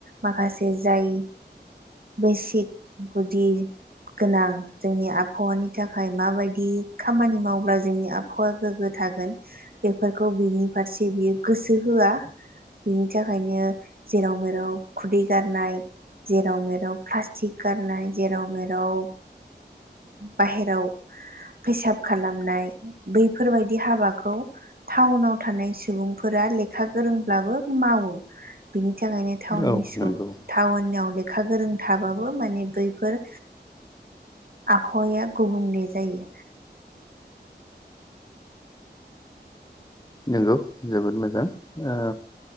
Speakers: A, on the right; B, on the left.
A: माखासे जाय बेसिक गुदि गोनां जोंनि आबहावानि थाखाय माबायदि खामानि मावब्ला जोंनि आब अखौा गोग्गो थागोन बेफोरखौ बिनि फारसे बियो गोसो होआ बिनि थाखायनो जेराव मेराव खुदै गारनाय जेराव मेराव प्लास्टिक गारनाय जेराव मेराव बाहेराव फेसाब खालामनाय बैफोरबायदि हाबाखौ टाउनाव थानाय सुबुंफोरा लेखा गोरोंब्लाबो मावो बिनि थाखायनो ाउ
B: औ नंगौ
A: टाउनाव लेखा गोरों थाबाबो माने बैफोर आबहावाया गुबुंले जायो।
B: नोंगौ जोबोद मोजां ओ